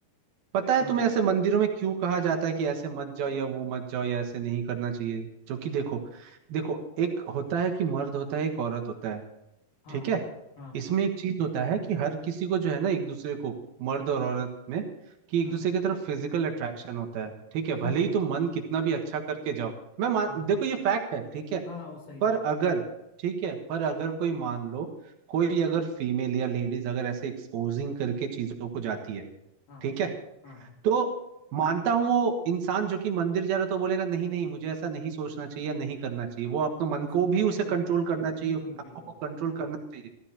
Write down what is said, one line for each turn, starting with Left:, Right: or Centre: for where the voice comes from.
Right: पता है
Left: हाँ
Right: तुम्हें ऐसे मंदिरों में क्यों कहा जाता है कि ऐसे मत जाओ या वो मत जाओ या ऐसे नहीं करना चाहिए जो कि देखो देखो एक होता है कि मर्द होता है एक औरत होता है
Left: हाँ
Right: ठीक है
Left: हाँ
Right: इसमें एक चीज होता है कि हर किसी को जो है ना एक दूसरे को मर्द और औरत में कि एक
Left: हाँ
Right: दूसरे की तरफ फिजिकल अट्रैक्शन होता है ठीक है
Left: <laughs>
Right: भले ही तुम मन कितना भी अच्छा करके जाओ मैं मान
Left: हाँ
Right: देखो ये फैक्ट है ठीक है
Left: ना ना वो सही
Right: पर
Left: बात
Right: अगर
Left: है
Right: ठीक है पर अगर कोई मान लो कोई अगर फीमेल या लेडीज अगर ऐसे एक्सपोजिंग करके चीजों को जाती है
Left: हाँ
Right: ठीक है
Left: हाँ हाँ
Right: तो मानता हूँ वो इंसान जो कि मंदिर जा रहा था वो बोलेगा नहीं नहीं मुझे ऐसा नहीं सोचना चाहिए नहीं करना चाहिए वो अपने मन
Left: ex-
Right: को भी उसे
Left: बिल्कुल
Right: कंट्रोल करना चाहिए
Left: बिल्कुल
Right: आंखों
Left: बिल्कुल
Right: को कंट्रोल करना चाहिए